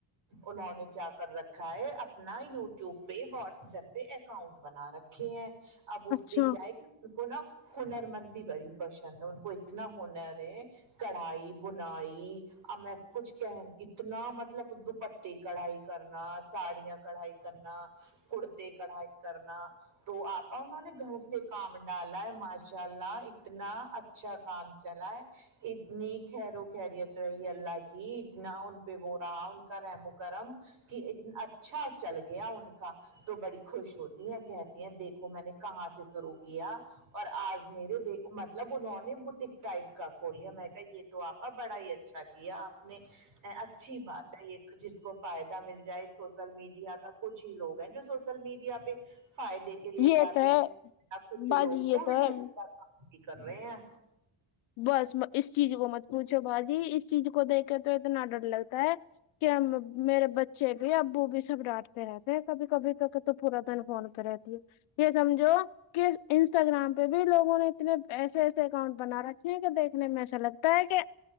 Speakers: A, on the right; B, on the left.
A: انہوں نے کیا کر رکھا ہے اپنا یو ٹیوب پہ واٹس ایپ پہ اکاؤنٹ بنا رکھا ہیں اب اس
B: اچھا
A: سے کیا ہے کہ ان کو نا ہنر مندی بڑی پسند ہے ان کو اتنا ہنر ہے کڑھائی بھونائی اب میں کچھ کہ اتنا مطلب دوپٹے کڑھائی کرنا ساڑیاں کڑھائی کرنا کرتے کڑھائی کرنا تو آپا انہوں نے گھر سے کام ڈالا ہے ماشاء اللہ اتنا اچھا کام چلائے اتنی خیر و خریت رہی اللہ کی اتنا ان پہ وہ رہا ان کا رحم و کرم کے اچھا چل گیا ان کا تو بڑی خوش ہوتی ہے کہتی ہیں دیکھو میں نے کہاں سے شروع کیا اور آج میرے دیک مطلب انہوں نے ک ٹائپ کا کھول لیا میں کہ یہ تو آپا بڑا ہی اچھا کیا آپ نے اچھی بات ہے یہ جس کو فائدہ مل جائے سوشل میڈیا کا کچھ ہی لوگ ہیں جو سوشل میڈیا پہ فائدے کے لیے
B: یہ
A: جاتے
B: تو ہے
A: ہیں ورنہ کچھ
B: باجی
A: لوگ تو
B: یہ
A: الٹا
B: ہے
A: سیدھا کام کی کر رہے ہیں
B: بس اس چیز کو مت پوچھو باجی اس چیز کو دیکھ کے تو اتنا ڈر لگتا ہے کیا میرے بچے بھی ابو بھی سب ڈانٹتے رہتے ہیں کبھی کبھی کے تو پورا دن فون پہ رہتی ہے یہ سمجھو کہ انسٹاگرام پہ بھی لوگوں نے اتنے ایسے ایسے اکاؤنٹ بنا رکھے کیونکی دیکھنے میں ایسا لگتا ہے کہ